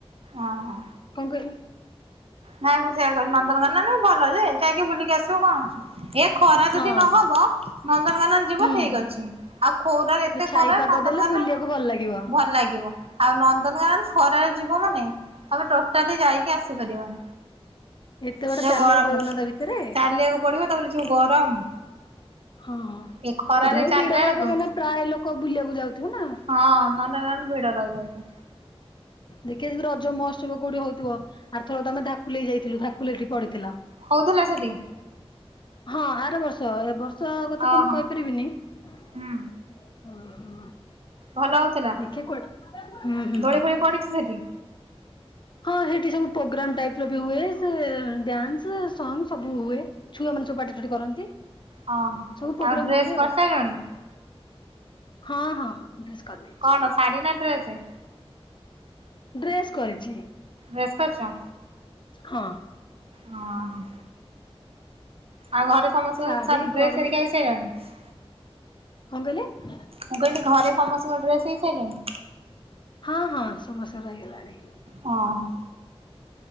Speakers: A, on the right; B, on the left.
A: ଓହୋ
B: କଣ କହିଲେ?
A: ନାଇଁ ମୁଁ ସେୟା କ, ନନ୍ଦନକାନନ ଭଲ ଯେ? ଯାଇକି ବୁଲିକି ଆସିବୁ କଣ ଅଛି, ଏ ଖରା
B: ହଁ
A: ଯଦି ନହବ ନନ୍ଦନକାନନ ଯିବୁ
B: ହୁଁ
A: ଠିକ
B: ହୁଁ।
A: ଅଛି। ଆଉ ଖୋରାରେ,
B: ଟିକେ
A: ଏତେ
B: ଛାଇ
A: କରରା
B: ପାଗ
A: ନନ୍ଦନକାନ
B: ଦେଲେ ବୁଲିବାକୁ ଭଲ ଲାଗିବ
A: ଭଲ ଲାଗିବ, ଆଉ ନନ୍ଦନକାନନ ଖରାରେ ଯିବ ମାନେ, ତମେ ଟୋଟାଲି ଯାଇକି ଆସିପାରିବନି।
B: ଏତେ ବାଟ
A: ଯୋଉ
B: ଚାଲିବାକୁ
A: ଗରମରେ,
B: ପଡିବ ନା ତା ଭିତରେ
A: ଚାଲିବାକୁ ପଡିବ, ତାପରେ ଯୋଉ ଗରମ।
B: ହଁ,
A: ଏ ଖରାରେ
B: ସେତବେଳେ
A: ଚାଲିଲା
B: ବି ଭିଡ ରହିବ,
A: ବେଳକୁ
B: କାହିଁକିନା ପ୍ରାୟ ଲୋକ ବୁଲିବାକୁ ଯାଉଥିବ ନା?
A: ହଁ, ନନ୍ଦନକାନନ ଭିଡ଼ ରହିବ ଅଇକା।
B: ଦେଖିବା ଯଦି ରଜ ମହୋତ୍ସବ କୋଉଠି ହଉଥିବ? ଆର ଥରକ ଆମେ ଥାକୁଲେଇ ଯାଇଥିଲୁ, ଧାକୁଲଠି ପଡିଥିଲ।
A: ହଉଥିଲା ସେଠି?
B: ହଁ, ଆର ବର୍ଷ, ଏ ବର୍ଷ କଥା
A: ଓହୋ
B: ତ ମୁଁ କହିପାରିବିନି। ହଁ
A: ହୁଁ
B: ହଁ।
A: ଭଲ ହଉଥିଲା,
B: ଦେଖିଆ କୁଆଡେ ହୁଁ ହୁଁ।
A: ଦୋଳି ଫୋଳି ପଡିଚି ସେଠି?
B: ହଁ ସେଠି ସବୁ ପ୍ରୋଗ୍ରାମ ଟାଇପର ବି ହୁଏ, ସେ ଡ୍ୟାନ୍ସ, ସଙ୍ଗ, ସବୁ ହୁଏ। ଛୁଆମାନେ ସବୁ ପାଟି ଫାଟି କରନ୍ତି।
A: ହଁ
B: ସବୁ ପ୍ରୋଗ୍ରାମ
A: ଆଉ ଡ୍ରେସ୍
B: ହୁଏ ଆଉ।
A: କରିସାରିଲଣି?
B: ହଁ ହଁ। ଡ୍ରେସ କରିନି।
A: କଣ ଶାଢୀ ନା ଡ୍ରେସ?
B: ଡ୍ରେସ୍ କରିଛି।
A: ଡ୍ରେସ୍ କରିଛ?
B: ହଁ।
A: ହଁ ହଁ। ଆଉ ଘରେ ସମସ୍ତ
B: ଶାଢୀ
A: ସା ଡ୍ରେସ
B: ଗରମରେ
A: ହେରିକା ହେଇ ସାଇଲାଣି?
B: କଣ କହିଲେ?
A: ମୁଁ କହିଲି ଘରେ ସମସ୍ତଙ୍କ ଡ୍ରେସ ହେଇ ସାଇଲାଣି?
B: ହଁ ହଁ ସମସ୍ତଙ୍କର ହେଇଗଲାଣି।
A: ହଁ ହଂ।